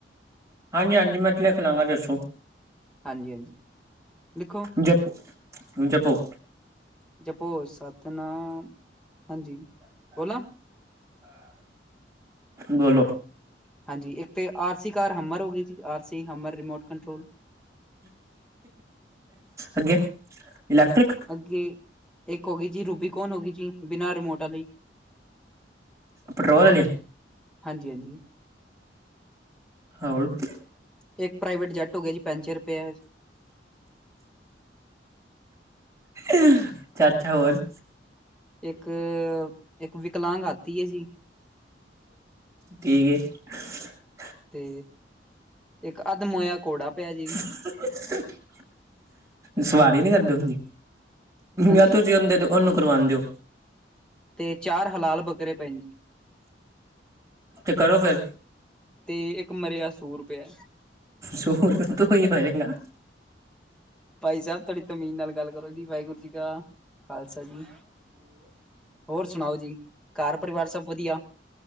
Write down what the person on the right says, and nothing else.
ਹਾਂਜੀ ਹਾਂਜੀ, ਮੈਂ ਲਿਖ ਲਵਾਂਗਾ ਦੱਸੋ।
ਜਪ ਜਪੋ।
ਬੋਲੋ।
ਅੱਗੇ ਇਲੈਕਟ੍ਰਿਕ।
ਪੈਟਰੋਲ ਆਲੀ
ਹਾਂ <inaudible>
<unintelligible> ਚਾਚਾ ਹੋਰ਼।
ਠੀਕ ਏ <unintelligible>
<inaudible> ਸਵਾਰੀ ਨੀ ਕਰਦੇ ਉਂਦੀ
ਯ ਤੁਸੀ ਓਂਦੇਤੋ ਉਨੂੰ ਕਰਵਾਂਦੇ ਓ।
ਤੇ ਕਰੋ ਫੇਰ।
ਸੂਰਈ ਕਰੇਗਾ <unintelligible>